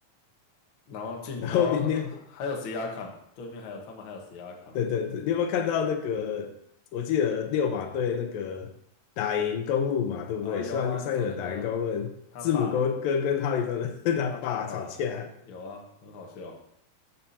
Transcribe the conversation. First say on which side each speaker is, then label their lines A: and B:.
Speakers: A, on the left; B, on the left.
A: 然后进，
B: 然后你你
A: 然后、呃、还有 C R a 对面还有他们还有 C R a
B: 对对对，你有没有看到那个？我记得六马队那个打赢公路嘛，对不对？
A: 哦，有啊，
B: 上上一轮打赢公路，
A: 你说那个他爸吗？
B: 字母哥哥跟哈利芬他爸吵架，
A: 他爸爸有啊，很好笑，